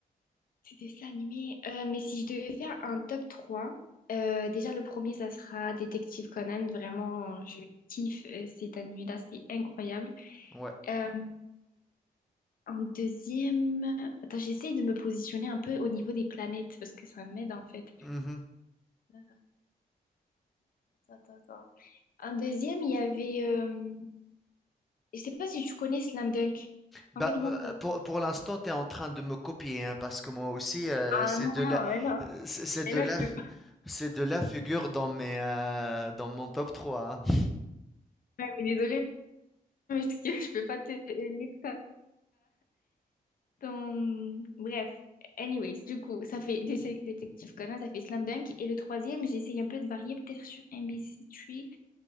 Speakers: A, on the left; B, in the centre.
A: de dessins animés. Euh, mais si je devais faire un top 3, euh, déjà, le premier, ça sera Détective Conan. Vraiment, je kiffe euh, cet animé-là, c'est incroyable.
B: Ouais.
A: Euh, En deuxième, attends, j'essaye de me positionner un peu au niveau des planètes parce que ça m'aide en fait.
B: Mhm.
A: Euh, Attends, attends, attends. En deuxième, il y avait, euh, je sais pas si tu connais Slam Dunk.
B: Bah,
A: En fait, moi,
B: euh,
A: c'est-
B: pour, pour l'instant, tu es en train de me copier, hein, parce que moi aussi, euh,
A: Ah
B: c'est
A: non,
B: de
A: non,
B: la,
A: mais non.
B: euh, c'est c'est
A: Mais
B: de
A: non,
B: la,
A: je peux
B: f- c'est de la figure dans mes, euh, dans mon top trois. hein.
A: pas. Ouais, mais désolée, <laughs> mais parce je peux pas te lire ça. ton... Bref, anyways, du coup, ça fait Dé- Détective Conan, ça fait Slam Dunk. Et le troisième, j'essaye un peu de varier, peut-être sur NBC Tree.